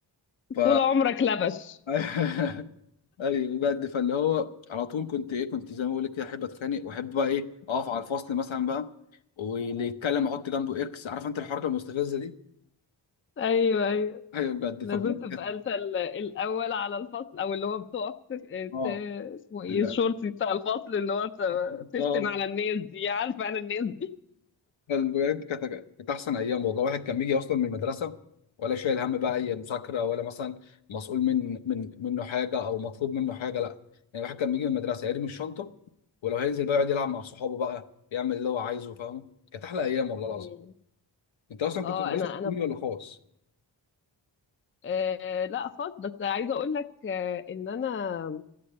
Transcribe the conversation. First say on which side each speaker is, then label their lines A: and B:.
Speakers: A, on the left (about 75°); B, on the left (about 30°).
A: ف
B: طول عمرك لبش
A: <laughs> ايوه بجد فاللي هو على طول كنت ايه كنت زي ما بقول لك كده احب اتخانق واحب بقى ايه اقف على الفصل مثلا بقى واللي يتكلم احط جنبه اكس عارف انت الحركه المستفزه دي
B: أيوه أيوه
A: ايوه بجد
B: لازم
A: فبجد
B: تبقى
A: كانت-
B: أنت ال- الأول على الفصل أو اللي هو بتقف تف-
A: اه
B: ت- اسمه إيه
A: لا
B: الشرطي بتاع الفصل اللي هو ت-
A: بالظبط.
B: تفتن على الناس دي عارفة أنا الناس دي
A: بجد كانت كانت احسن ايام والله واحد كان بيجي اصلا من المدرسه ولا شايل هم بقى اي مذاكره ولا مثلا مسؤول من من منه حاجه او مطلوب منه حاجه لا يعني الواحد كان بيجي من المدرسه يرمي الشنطه ولو هينزل بقى يقعد يلعب مع صحابه بقى يعمل اللي هو عايزه فاهم كانت احلى ايام والله العظيم
B: مم.
A: انت اصلا
B: اه
A: كنت مدرسه
B: انا
A: حكومي
B: انا
A: ولا خاص؟
B: آه لا خالص بس عايزه اقول لك آه ان انا